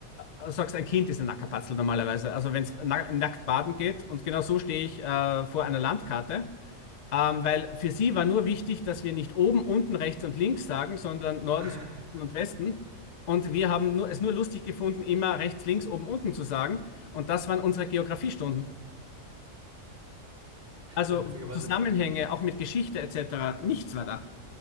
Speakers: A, on the left; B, on the right.
A: du sagst, ein Kind ist ein Nackerpatzel normalerweise. Also wenn es na nackt baden geht und genau so stehe ich äh, vor einer Landkarte. Ähm, weil für sie war nur wichtig, dass wir nicht oben, unten, rechts und links sagen, sondern Norden,
B: <laughs>
A: Süden und Westen. Und wir haben nur, es nur lustig gefunden, immer rechts, links, oben, unten zu sagen. Und das waren unsere Geografiestunden. Also
B: ja, witzigerweise,
A: Zusammenhänge, auch mit Geschichte etc. Nichts war da.